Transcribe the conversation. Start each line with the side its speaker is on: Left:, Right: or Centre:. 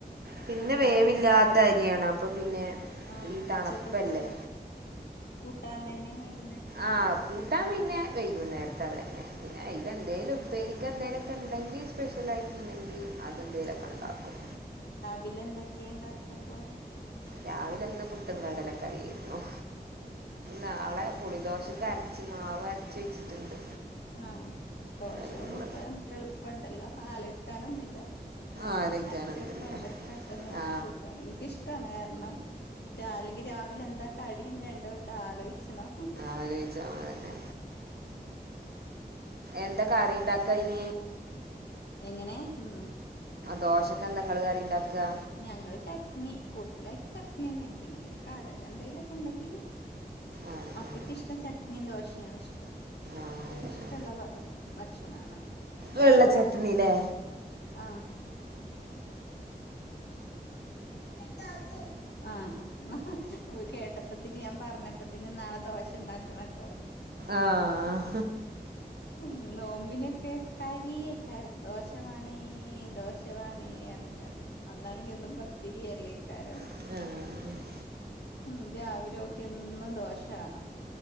Right: പിന്നെ
Left: കൂട്ടാനോ
Right: വേവില്ലാത്ത
Left: ഉച്ചക്കത്തെ
Right: അരിയാണ് അപ്പൊ പിന്നെ
Left: ആഹ്
Right: ഈ തണുപ്പല്ലേ
Left: ഉച്ചക്കത്തെ കൂട്ടാൻ തന്നെ വൈകുന്നേരം
Right: ആ കൂട്ടാൻ പിന്നെ വൈകും നേരത്തെ അത തന്നെ പിന്ന അല എന്തേലും ഉപ്പ ചിക്ക എന്തേലുമൊക്കെ ഉണ്ടെങ്കിൽ സ്പെഷ്യൽ ആയിട്ട് ഉണ്ടെങ്കിൽ അതെന്തേലും ഒക്കെ ഉണ്ടാക്കും
Left: വിലന്തക്ക ക്ക ഉണ്ടാക്ക അപ്പൊ
Right: രാവിലെ അന്ന് പുട്ടും കാടലൊക്കെ അറിയായിരുന്നു
Left: ഉം
Right: നാളെ പുളിദോശക്കെ അരച്ച് മാവ് അരച്ച വെച്ചിട്ടുണ്ട്
Left: ആഹ ദോശകുമ്പോ
Right: അതിനുള്ള
Left: എളുപ്പുണ്ടല്ലോ ആല സാനൊന്നില്ല
Right: ആലോചിക്കാനൊന്നുമില്ല
Left: അരച്ചൊക്കണ്ട് പെട്ടെന്ന്
Right: ആ
Left: സുഖമാണ് എനിക്കിഷ്ടമാണ് ക ണം അല്ലെങ്കിൽ രാവിലെ എന്താ അടന്ന് രണ്ട വട്ടം ആലോചിച്ചണം
Right: ആലോചിച്ചതന്നെ എന്തൊക്കെ
Left: അങ്ങനെ
Right: അറിുണ്ടാക്ക ഇന
Left: എങ്ങനെ ഉ
Right: ദോഷൊക്കെ എന്തെങ്കൾ കാര്റി ഉണ്ടാക്കുക
Left: ഞങ്ങള് ചട്നി കൂടുതലായിട്ട് ചട്നി തന്നെ പിന്നെ കടല എന്തെലും ഒക്കെ ഉണ്ടെങ്കില്
Right: ആഹ്
Left: മക്കൊക്കെ
Right: ആഹ്
Left: ഇഷ്ടം ചട്നിയും ദോശയാാണ് ഇഷ്ടംക്ക
Right: ആഹ് അതന്നെ
Left: ഇഷ്ടമുള്ള ഭക്ഷണണത്
Right: വെള്ളച്ചട്ടണില്ലേ
Left: ഞാന് നാളക്ക് ആഹ നക്ക ആഹ കേട്ടപ്പത്തിന് ഞാൻ പറഞ്ഞപ്പത്തിന് നാളെ ദോഷ ഉണ്ടാക്കണ കേട്ടോ
Right: ആഹ
Left: ഉം നോമ്പിനൊക്കെ കരിയേകാരം ദോശവാണേ ദോശ ദോശ വാണെ പറഞ്ഞ കണ്ട് അന്നാണെങ്കി എന്നും പത്തിരിയ അല്ലേക്കാരം
Right: ആഹ
Left: ഉം രാവില ഒക്കെ എന്നും ദോഷ വേണം